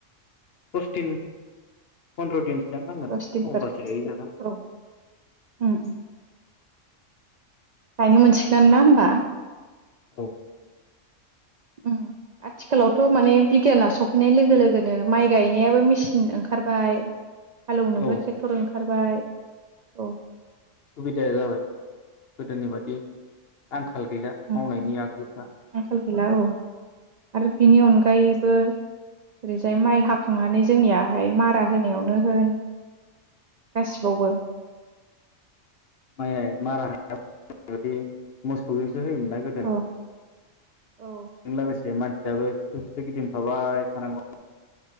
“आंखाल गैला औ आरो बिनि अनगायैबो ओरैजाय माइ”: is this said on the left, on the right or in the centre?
Right